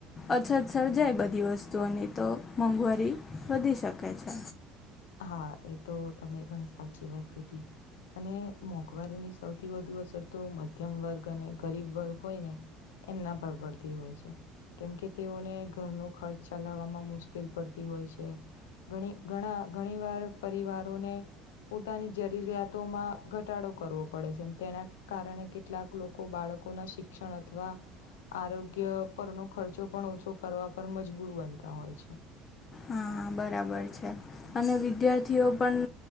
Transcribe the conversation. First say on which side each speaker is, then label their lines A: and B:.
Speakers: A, on the left; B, on the left.
A: અછત સર્જાય બધી વસ્તુઓની તો મોંઘવારી વધી શકે છે.
B: હા એ તો તમે ઘણી સાચી વાત કીધી. અને મોંઘવારીની સૌથી વધુ અસર તો મધ્યમ વર્ગ અને ગરીબ વર્ગ હોય ને એમના પર પડતી હોય છે કેમકે તેઓને ઘરનો ખર્ચ ચલાવવામાં મુશ્કેલ પડતી હોય છે ઘણી ઘણા ઘણીવાર પરિવારોને પોતાની જરૂરિયાતોમાં ઘટાડો કરવો પડે છે અને તેના કારણે કેટલાક લોકો બાળકોના શિક્ષણ અથવા આરોગ્ય પરનો ખર્ચો પણ ઓછો કરવા પર મજબૂર બનતા હોય છે
A: હા બરાબર છે અને વિદ્યાર્થીઓ પણ